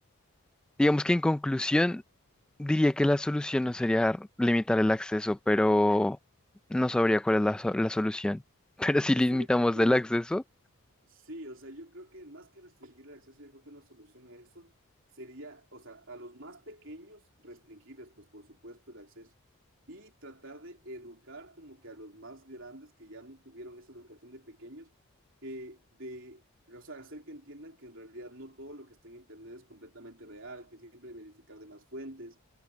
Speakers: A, in the centre; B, on the right (about 60°).
A: digamos que en conclusión... Diría que la solución no sería limitar el acceso, pero no sabría cuál es la, so- la solución. <laughs> Pero si
B: O
A: limitamos
B: sea, yo creo que diría
A: el acceso,
B: que Sí, o sea, yo creo que más que restringir el acceso, yo creo que una solución a eso sería, o sea, a los más pequeños restringirles, pues por supuesto, el acceso y tratar de educar como que a los más grandes que ya no tuvieron esa educación de pequeños, eh, de, o sea, hacer que entiendan que en realidad no todo lo que está en Internet es completamente real, que siempre hay que verificar de más fuentes,